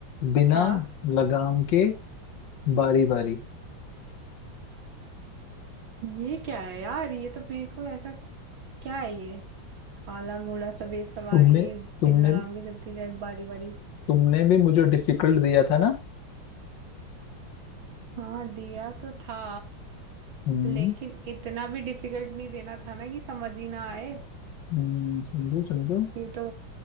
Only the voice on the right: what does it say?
हाँ
ये क्या है यार ये तो मेरे को ऐसा क्या है ये काला घोड़ा सफेद सवारी
बिन लगाम के चलती जाए बारी बारी
हाँ दिया तो था
लेकिन इतना भी डिफिकल्ट नहीं देना था ना कि समझ ही ना आए
ये तो